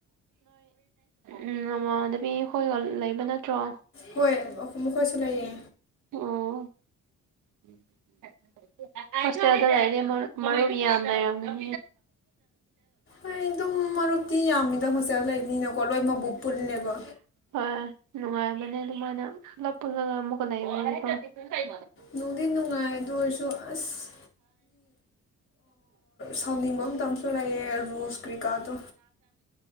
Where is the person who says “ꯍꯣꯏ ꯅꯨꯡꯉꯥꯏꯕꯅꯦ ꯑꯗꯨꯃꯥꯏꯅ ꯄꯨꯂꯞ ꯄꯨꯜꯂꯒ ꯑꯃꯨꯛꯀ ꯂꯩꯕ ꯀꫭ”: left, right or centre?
Right